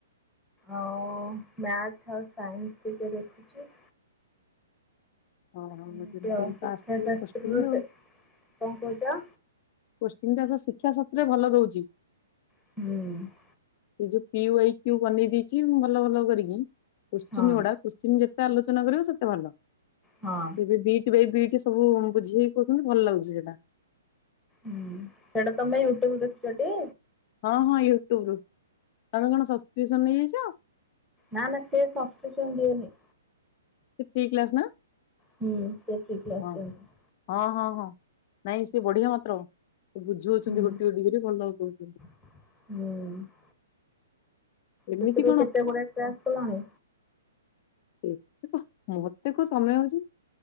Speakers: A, in the centre; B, on the left.
A: ଆଉ ମ୍ୟାଥ ଆଉ ସାଇନ୍ସ ଟିକେ ଦେଖୁଛି
B: ହଁ ହଁ
A: ଏମିତି
B: ଯେମିତି
A: ଆଉ
B: ହେଲେ
A: ଶିକ୍ଷା
B: ତ ଆସିବ
A: ଶାସ୍ତ୍ରରୁ
B: କୋଶ୍ଚିନ ଆଉ।
A: ସେ କଣ କହୁଛ
B: କୋଶ୍ଚିନଟା ସେ ଶିକ୍ଷା ସପ ରେ ଭଲ ଦଉଛି।
A: ହୁଁ।
B: ସେ ଯୋଉ ପିୱାଇକ୍ୟୁ ବନେଇ ଦେଇଛି ଉଁ ଭଲ ଭଲ କରିକି କୋଶ୍ଚିନ
A: ହଁ
B: ଗୁଡା କୋଶ୍ଚ ଶ୍ଚିନ ଯେତେ ଆଲୋଚନା କରିବ ସେତେ ଭଲ।
A: ହଁ।
B: ଏବେ ବିଟ ବାଇ ବିଟ ସବୁ ବୁଝେଇ କହୁଛନ୍ତି ଭଲ ଲାଗୁଛି ସେଇଟା।
A: ହୁଁ ସେଇଟା ତମେ ୟୁଟ୍ୟୁବରୁ ଦେଖୁଛ ଟି?
B: ହଁ ହଁ ୟୁଟ୍ୟୁବରୁ ତମେ କଣ ସବସ୍କ୍ରିପସନ ନେଇଯାଇଛ?
A: ନ ନା ସେ ସବସ୍କ୍ରିପସନ ଦିଏନି।
B: ସେ ଫ୍ରି କ୍ଲାସ ନା?
A: ହୁଁ ସେ ଫ୍ରି କ୍ଲାସ
B: ହଁ
A: ଦିଅନ୍ତି।
B: ହଁ ହଁ ହଁ ନାଇଁ ସିଏ ବଢିଆ ମାତ୍ର ସେ ବୁଝଉଛନ୍ତି
A: ହୁଁ
B: ଗୋଟି ଗୋଟି କରି ଭଲ କହୁଛନ୍ତି।
A: ହୁଁ।
B: ଏମିତି
A: ସେଥିରୁ କେତେ ଗୁଡାଏ କ୍ଲାସ୍ କଲଣି?
B: କେତେ କଣ ମତେ କୋଉ ସମୟ ହଉଛି।